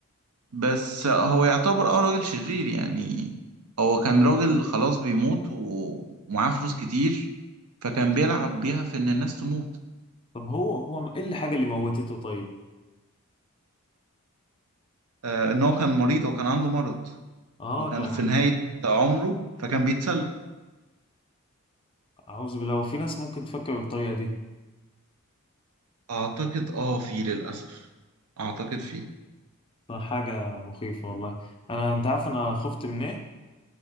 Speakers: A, on the right; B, on the left.
A: بس هو يعتبر اه راجل شرير يعني هو كان راجل خلاص بيموت و- ومعاه فلوس كتير فكان بيلعب بيها في ان الناس تموت
B: طب هو هو ايه الحاجه اللي موتته طيب
A: آه ان هو كان مريض وكان عنده مرض
B: اه
A: وكان
B: كان
A: في نهاية عمره فكان بيتسلى
B: اعوذ بالله وفي ناس ممكن تفكر بالطريقه دي
A: اعتقد اه في للأسف اعتقد في
B: ده حاجه مخيفه والله انا انت عارف انا خفت من ايه